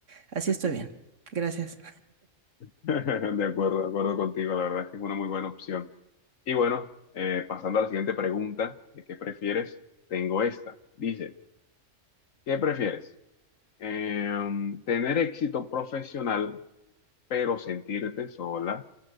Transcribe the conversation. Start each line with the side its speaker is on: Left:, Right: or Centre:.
Right: Así
Left: <laughs>
Right: estoy bien. Gracias.
Left: De acuerdo, de acuerdo contigo. La verdad es que es una muy buena opción. Y bueno, eh, pasando a la siguiente pregunta, ¿de qué prefieres? Tengo esta. Dice, ¿qué prefieres? Em, ¿tener éxito profesional pero sentirte sola?